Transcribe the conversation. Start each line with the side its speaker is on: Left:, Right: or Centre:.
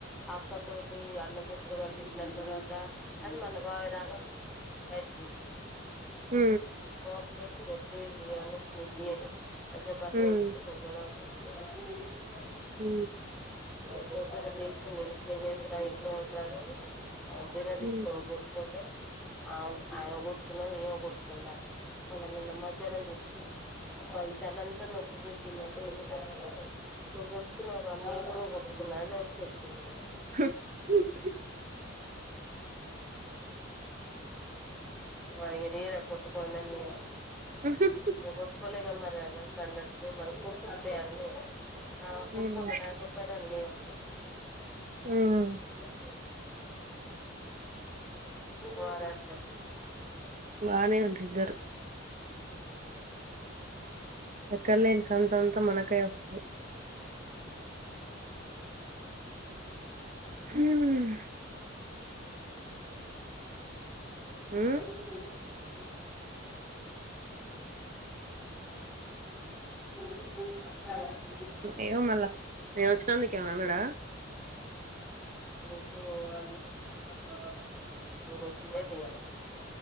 Centre: అక్క తోటి అన్నం పెప్పుతోటి తిన్న తర్వాతా అని మళ్ళా బావి రా లైట్ దీసెయ్
Right: ఊ
Centre: రాతిరొచ్చి వెబ్ సైడింగ్ ఇయ్యాలనుంచి మిస్ జెయ్యలే. ఐసా బ్యాక్లా
Right: ఉమ్
Centre: <unintelligible> పెద్ద పెద్ద హీరోయిన్స్ ఉన్నరు
Right: ఊ
Centre: రేపు పొద్దున్న లేసి, మీరు క్లిన్ జేసిన ఉంటారని బిన దీసుకొని
Right: ఉమ్
Centre: కొట్ ఫొటోస్ ఆయా ఆయన గొడ్తలేడ్, ఈయన గొడ్తుండ్ ఇందాకె మళ్ళ నిన్న మధ్యాహ్నం జెప్తే దాని తలంత నొప్పి బెట్టిందంటే ఎందుకంటే నువ్వు బొట్కున్నావ? నేను గూడా బొట్టుకున్నా నేను చెప్తున్నాను.
Right: హుహ్
Centre: వరి గడ్డీ కొట్టుకోందం నీడ
Right: ఉహు
Centre: నువ్వు కొట్టుకోలేగా మరి అన్న నన్నట్తే మరి కుడు కుడ్తయా అని నేను ఆ కుట్టుకుంటాను
Right: ఉమ్.
Centre: నాకేంపని అని నేనన్నా
Right: ఉమ్.
Centre: ఇగ. ఓవరాక్షన్
Right: బానే ఉండ్రు ఇద్దరు ఎక్కడలేని సంతంతా మనకే వస్తది. ఉమ్ హ్
Centre: <inaudible> <inaudible>
Right: ఏమో మళ్ళా నేను వచ్చినందుకు ఎమన్నా అన్నడా.
Centre: <inaudible> అ <inaudible> తియ్యలే.